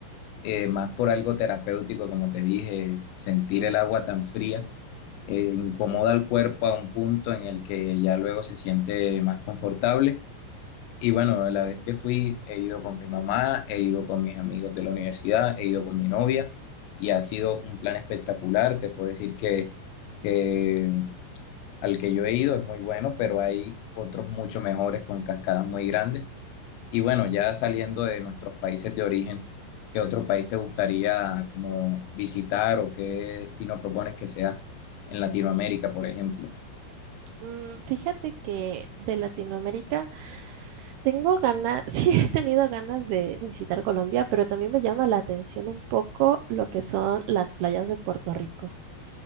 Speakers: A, on the left; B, on the right.
A: Eh, más por algo terapéutico, como te dije, es sentir el agua tan fría. eh, incomoda al cuerpo a un punto en el que ya luego se siente más confortable y bueno, la vez que fui, he ido con mi mamá, he ido con mis amigos de la universidad, he ido con mi novia y ha sido un plan espectacular. Te puedo decir que, que al que yo he ido es muy bueno, pero hay otros mucho mejores con cascadas muy grandes. Y bueno, ya saliendo de nuestros países de origen, ¿qué otro país te gustaría como visitar o qué destino propones que sea en Latinoamérica, por ejemplo?
B: Mm, fíjate que de Latinoamérica Tengo ganas, <laughs> sí he tenido ganas de, de visitar Colombia, pero también me llama la atención un poco lo que son las playas de Puerto Rico.